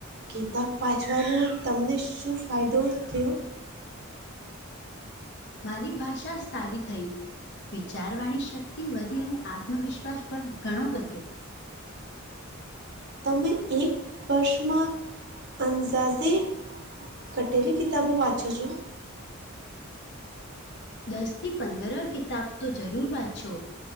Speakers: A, on the right (about 55°); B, on the left (about 55°).
A: કિતાબ પાચવાનો તમને શું ફાયદો થયો?
B: મારી ભાષા સારી થઈ. વિચારવાણી શક્તિ વધી અને આત્મવિશ્વાસ પણ ઘણો વધ્યો
A: તમે એક વર્ષમાં <unintelligible> કટેલી કિતાબો વાંચો છો?
B: દસથી પંદર કિતાબ તો જરૂર વાંચો